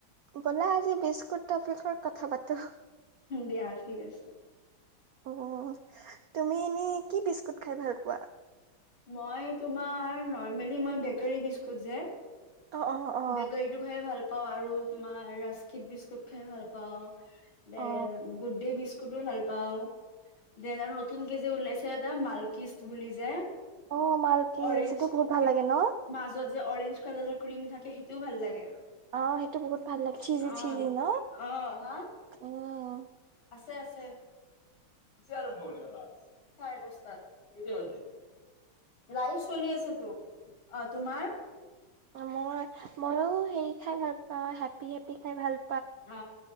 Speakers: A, on the right; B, on the left.
A: বলা আজি বিস্কুট বিষয়ে কথা পাতো?
B: দিয়া ঠিক আছে।
A: অ, তুমি এনেই কি বিস্কুট খাই ভাল পোৱা?
B: মই তোমাৰ, নৰ্মেলী মই বেকাৰী বিস্কুত যে
A: অ অ অ
B: বেকাৰীতটো খাই ভাল অ, আৰু তোমাৰ ৰাস্কিত বিস্কুট খাই ভাল পাওঁ। দেন
A: অ
B: গুডদে বিস্কুট তুদ, ভাল পাওঁ। দেন আৰু নতুন কে যে ওলাইছে এটা মালকিষ্ট বুলি যে
A: অ মালকিষ্ট।
B: অৰেঞ্জ
A: সিটো বহুত ভাল
B: ফিট
A: লাগে ন?
B: মাজত যে অৰেঞ্জ কালাৰৰ ক্ৰীম থাকে সেইটোও ভাল লাগে।
A: অ', সেইটো বহুত ভাল লাগ চিজি
B: অ
A: চিজি ন
B: অ হা
A: উম।
B: আছে, আছে। চাৰত বল গল চাইদ দহটাত কেইটা বাজিল? লাইভ চলি আছেতো অ তোমাৰ
A: মোৰ মইও হেৰি খাই ভাল পাওঁ হেপি হেপি খাই ভাল
B: অ,